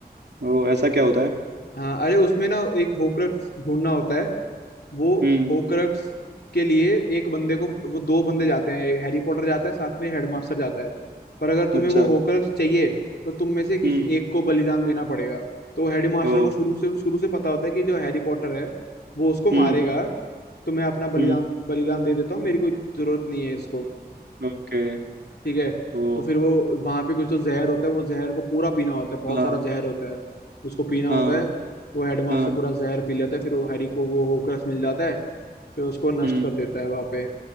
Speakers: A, on the right; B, on the left.
A: वो ऐसा क्या होता है
B: हाँ अरे उसमें ना एक होक्रक्स ढूंढना होता है वो
A: हम्म
B: होक्रक्स के लिए एक बंदे को वो दो बंदे
A: हम्म,
B: जाते हैं हैरी पॉटर जाता है साथ में हेडमास्टर जाता है पर अगर तुम्हें
A: अच्छा
B: वो होक्रक्स चाहिए तो तुम में से किसी
A: हम्म
B: एक को बलिदान देना पड़ेगा तो हेडमास्टर
A: ओ
B: को शुरू से शुरू से पता होता है कि जो हैरी पॉटर है वो उसको मारेगा
A: हम्म
B: तो मैं अपना बलिदान
A: हम्म
B: बलिदान दे देता हूँ मेरी कोई जरूरत नहीं है इसको
A: ओके
B: ठीक है
A: वो
B: तो फिर वो वहां पे कुछ तो जहर होता है वो जहर को पूरा पीना होता है बहुत
A: हाँ
B: सारा जहर होता है उसको पीना होता
A: हाँ
B: है वो हेडमास्टर
A: हाँ
B: पूरा जहर पी लेता है फिर वो हैरी को वो होक्रक्स मिल जाता है जो उसको नष्ट
A: हम्म
B: कर देता है वहां पे